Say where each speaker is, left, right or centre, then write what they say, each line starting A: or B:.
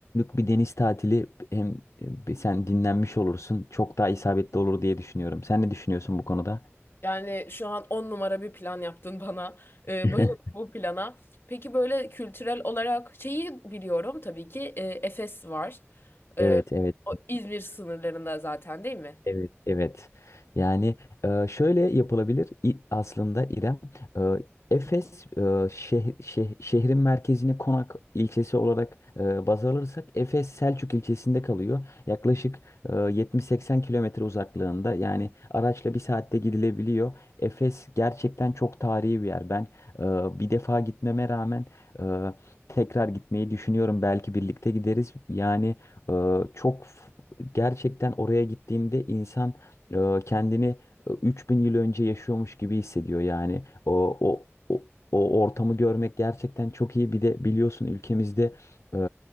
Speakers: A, on the left; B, on the left.
A: bir deniz tatili hem e, sen dinlenmiş olursun çok daha isabetli olur diye düşünüyorum. Sen ne düşünüyorsun bu konuda?
B: Yani şu an on numara bir plan yaptın bana. Ee,
A: <laughs>
B: bayıldım bu plana. Peki böyle kültürel olarak şeyi biliyorum tabii ki e, Efes var. Ee,
A: Evet evet.
B: o İzmir sınırlarında zaten değil mi?
A: Evet, evet. Yani e, şöyle yapılabilir İ- aslında İrem. e, Efes e, şeh- şeh- şehrin merkezini Konak ilçesi olarak e, baz alırsak Efes Selçuk ilçesinde kalıyor. Yaklaşık e, 70-80 kilometre uzaklığında yani araçla bir saatte gidilebiliyor. Efes gerçekten çok tarihi bir yer. Ben e, bir defa gitmeme rağmen e, tekrar gitmeyi düşünüyorum. Belki birlikte gideriz. Yani e, çok gerçekten oraya gittiğinde insan e, kendini e, 3000 yıl önce yaşıyormuş gibi hissediyor yani. O, o o o ortamı görmek gerçekten çok iyi. Bir de biliyorsun ülkemizde e,